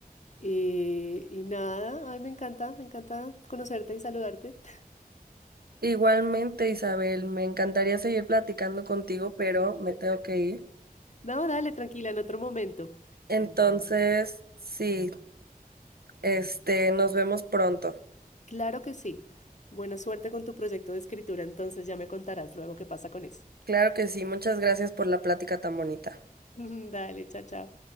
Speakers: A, on the left; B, on the right.
A: Y, y nada, ay, me encanta, me encanta conocerte y saludarte. <laughs>
B: Igualmente, Isabel, me encantaría seguir platicando contigo, pero me tengo que ir.
A: No, dale, tranquila, en otro momento.
B: Entonces, sí, este, nos vemos pronto.
A: Claro que sí. Buena suerte con tu proyecto de escritura, entonces ya me contarás luego qué pasa con eso.
B: Claro que sí, muchas gracias por la plática tan bonita.
A: <laughs> Dale, chao, chao.